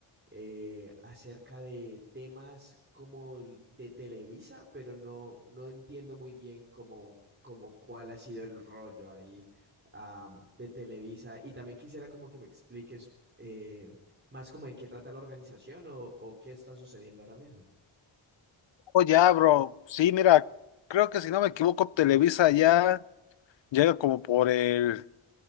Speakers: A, on the right (about 25°); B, on the left (about 60°).
A: eh, acerca de temas como l- de Televisa, pero no, no entiendo muy bien cómo, cómo cuál ha sido el rollo ahí am, de Televisa. Y también quisiera como que me expliques eh, más como de qué trata la organización o o qué está sucediendo ahora mismo.
B: Oh, ya, bro. Sí, mira, creo que si no me equivoco, Televisa ya llega como por el